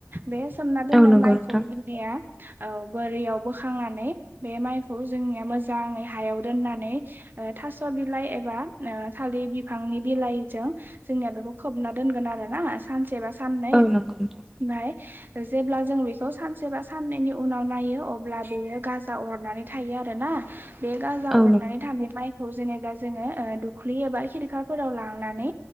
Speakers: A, on the right; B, in the centre.
A: बे सोमना दोननाय
B: औ नंगौ
A: माइखौ
B: नोंथां
A: जोंनिया औ बोरियाव बोखांनानै बे माइखौ जोंनिया मोजाङै हायाव दोननानै ओ थास' बिलाइ एबा ओ थालिर बिफांनि बिलाइजों जोंनिया बेखौ खोबना दोनगोन आरोना सानसे बा सा ननै
B: औ नंगौ नोंथां
A: ओमफाय जेब्ला जों बेखौ सानसे बा साननैनि उनाव नायो अब्ला बेयो गाजा अरनानै थायो आ रोना बे गजा
B: औ
A: अरनानै थानाय माइखौ जेनेबा जोङो ओ दुब लि बा खिरखाफोराव लांनानै